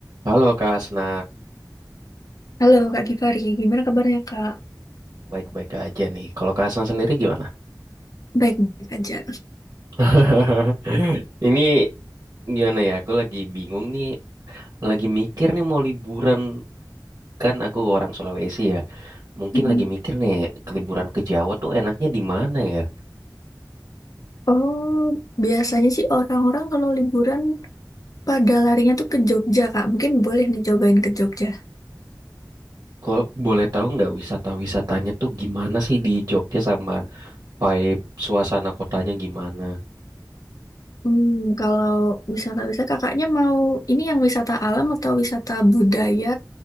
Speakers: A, on the right (about 50°); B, on the left (about 55°).
A: Halo Kak Asna,
B: Halo Kak Givari, gimana kabarnya Kak?
A: baik-baik aja nih. Kalau Kak Asna sendiri gimana?
B: Baik-baik aja.
A: <laughs> Ini gimana ya? Aku lagi bingung nih, lagi mikir nih mau liburan kan aku orang Sulawesi ya. Mungkin
B: Mm.
A: lagi mikir nih ke liburan ke Jawa tuh enaknya di mana ya?
B: Oh, biasanya sih orang-orang kalau liburan pada larinya tuh ke Jogja Kak. Mungkin boleh nih cobain ke Jogja.
A: Kalau boleh tahu nggak wisata-wisatanya tuh gimana sih di Jogja sama vibe suasana kotanya gimana?
B: Hmm, kalau wisata-wisata kakaknya mau ini yang wisata alam atau wisata budaya